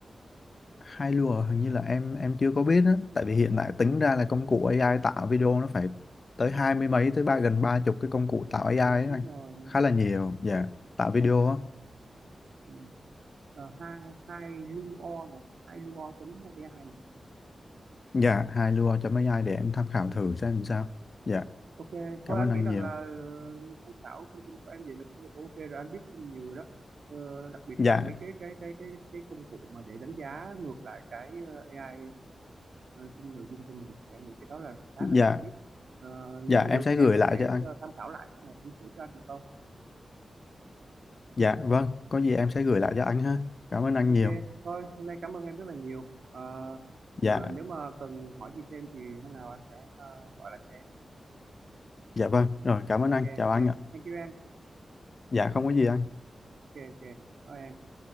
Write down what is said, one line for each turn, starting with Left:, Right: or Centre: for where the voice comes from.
Left: hai lùa hình như là em em chưa có biết á tại vì hiện tại tính ra là công cụ AI tạo video nó phải tới hai mươi mấy tới ba gần ba chục cái công cụ tạo AI
Right: ờ,
Left: ấy
Right: đúng
Left: anh
Right: rồi nó
Left: khá là
Right: có
Left: nhiều
Right: cái gì.
Left: dạ tạo video
Right: ừ.
Left: á
Right: ừ. Ờ, hai hai luo này hai luo chấm ai này
Left: dạ hai lùa cho mấy ai để em tham khảo
Right: ừ.
Left: thử xem làm sao dạ
Right: ok
Left: cảm
Right: thôi anh
Left: ơn anh
Right: nghĩ rằng
Left: nhiều
Right: là ờ, tham khảo thông tin của em vậy là cũng được ok rồi anh biết thêm nhiều rồi đó ờ, đặc biệt
Left: dạ
Right: là mấy cái cái cái cái cái công cụ mà để đánh giá ngược lại cái ờ, AI uh, sinh nội dung cho mình thì anh nghĩ cái đó là khá
Left: dạ
Right: là cần thiết Ờ, nếu
Left: dạ
Right: mà được
Left: em sẽ
Right: thì
Left: gửi
Right: em có
Left: lại
Right: thể
Left: cho anh
Right: ờ, tham khảo lại xong rồi em gửi cho anh được không
Left: dạ vâng có gì em sẽ gửi lại cho anh ha cảm ơn anh
Right: ok
Left: nhiều
Right: thôi hôm nay cảm ơn em rất là nhiều Ờ,
Left: dạ
Right: ờ, nếu mà cần hỏi gì thêm thì hôm nào anh sẽ ờ, gọi lại cho em
Left: dạ vâng rồi cảm ơn
Right: ok
Left: anh chào
Right: ok
Left: anh ạ
Right: thank you em
Left: dạ không có gì anh
Right: ok ok thôi em